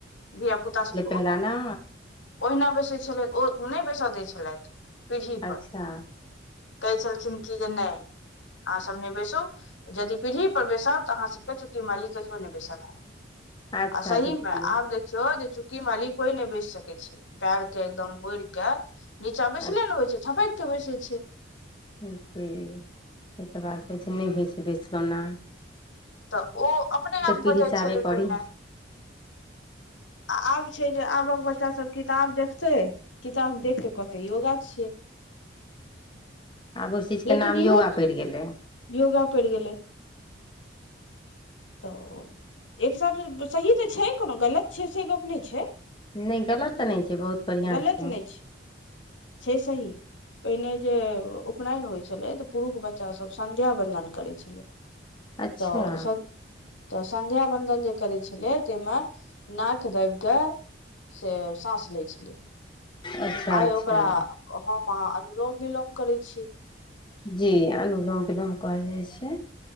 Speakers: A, on the left; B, on the left.
A: धिया पुता सब
B: पहिले ना
A: ओहिना बैसै छलथि ओ ओ नहि बैसय दै छलथि पीड़ीपर
B: अच्छा
A: कहै छलखिन की जे नहि अहाँसभ नहि बैसू जदि पीढ़ीपर बैसब तऽ अहाँसभके चुकी माली कहियो नहि बैसल देब
B: अच्छा
A: सहीमे
B: देखियौ
A: आब देखयो देखयो जे चुक्की माली कोई नहि बैस सकै छै पैर के एकदम मोड़के नीचा बैसले
B: अच्छा
A: ने होइ छै छपेक के बैसे छै
B: एहि तऽ बात होइ छै नहि होइ छै बिसलौना <unintelligible>
A: तऽ उ अपने आप
B: पीढ़ी
A: भऽ जाइ
B: चाहबे
A: छलै
B: करी
A: पहिने आब छै जे आबक बच्चा सब किताब देखतै किताब देख क कहते योगा छियै
B: आब ओहि चीजके
A: लेकिन
B: नाम
A: इहो
B: योगा पेड़ गेलै
A: योगा पेड़ गेलै तऽ एक हिसाबसँ सही तऽ छै कोनो गलत छै से गप नहि छै
B: नहि गलत तऽ नहि छै बहुत बढ़िआँ
A: गलत
B: छै
A: नहि छै सही पहिने जे उपनयन होइ छलै तऽ पुरुष बच्चासभ संध्या बन्दन करैत छलै
B: अच्छा
A: तऽ सब तऽ संध्या बंदन जे करै छलै ताहिमे नाक दाबि कऽ से साँस लै छलै
B: अच्छा
A: आइ
B: अच्छा
A: ओकरा हम अह अनुलोम विलोम करै छी
B: जी अनुलोम विलोम कहल जाइ छै